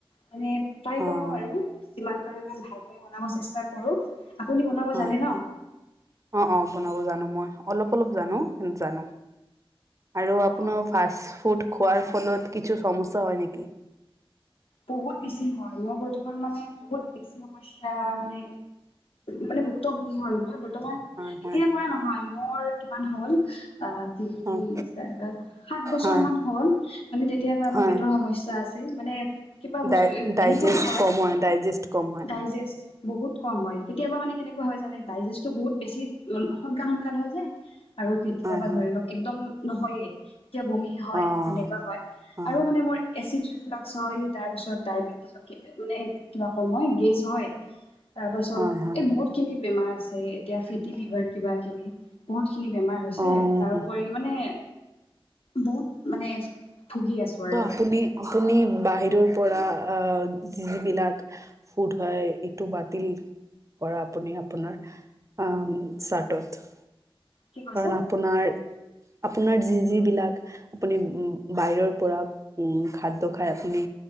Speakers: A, on the left; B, on the right.
A: মানে ট্ৰাই
B: অঁ
A: কৰো আৰু যিমান পাৰে ইমান ভালকৈ বনাব চেষ্টা কৰো আপুনি বনাব
B: হয়
A: জানে ন?
B: অঁ অঁ বনাব জানো মই অলপ অলপ জানো উম জানো আৰু
A: অ
B: আপোনাৰ
A: অ
B: ফাষ্ট ফুদ খোৱাৰ ফলত কিছু সমস্যা হয় নেকি?
A: বহুত বেছি হয় মোৰ বৰ্তমান মানে বহুত বেছি সমস্যা মানে মানে ভুক্তভোগী হল মই বৰ্তমান
B: হয় হয়
A: এতিয়াৰ পৰা নহয় মোৰ কিমান হ'ল অ তিনি
B: হয়
A: চাৰিব সাত বছৰ
B: হয়
A: মান হ'ল মানে তেতিয়াৰ পৰাৰ আমাৰ
B: হয়
A: পেটৰ সমস্যা আছে। যে মানে কিবা বস্তু
B: ডাই ডাইজেষ্ট
A: এনেকুৱা হয়
B: কম ডাইজেষ্ট কম হয়
A: ডাইজেষ্ট বহুত কম হয় কেতিয়াবা মানে কেনেকুৱা হয় জানে ডাইজেষ্টটো বহুত বেছি সোনকাল সোনকাল হয় যে আৰু কেতিয়াবা
B: হয় হয়
A: ধৰি লওক একদম নহয়ে এতিয়া বমি হয়
B: অঁ
A: তেনেকুৱা হয়
B: হয়
A: আৰু মানে মোৰ এচিড ৰিফ্লোক্স হয় তাৰ পিছত ডায়বেটিছ মানে কিবা কম হয় গেছ হয় তাৰ পাছত
B: হয় হয়
A: এই বহুত খিনি বেমাৰ আছে এতিয়া ফেটি লিভাৰ কিবা কিবি বহুত। বহুত খিনি বেমাৰ হৈছে
B: অ',
A: তাৰোপৰি মানে বহুত মানে ভুগি আছো
B: ত'
A: আৰু
B: আপুনি আপুনি বাহিৰৰ পৰা আহ যিবিলাক ফুড হয় এইটো বাতিল কৰা আপুনি আপোনাৰ আঁ চাডত
A: কি কৈছে
B: কাৰণ আপোনাৰ আপোনাৰ যি - যিবিলাক আপুনি উম বাহিৰৰ পৰা উম খাদ্য খাই আপুনি